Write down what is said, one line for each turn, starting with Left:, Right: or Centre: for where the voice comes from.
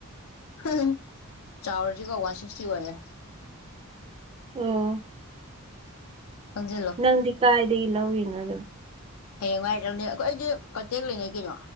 Left: ꯆ ꯆꯥꯎꯔꯖꯤ ꯀ ꯋꯥꯁꯤꯤꯁ ꯀ ꯑꯣꯏ
Right: ꯑꯣ
Left: ꯈꯪꯖꯤꯜꯂꯣ
Right: ꯅꯪꯗꯤ ꯀꯥꯏꯗꯒꯤ ꯂꯧꯔꯤꯅꯣ ꯑꯗꯨꯝ
Left: ꯍꯌꯦꯡ ꯉꯏꯔꯛꯅꯦ ꯑꯩꯣꯏ ꯑꯩꯁꯗꯤ ꯀꯟꯇꯦꯛ ꯂꯩꯅꯩ ꯀꯩꯅꯣ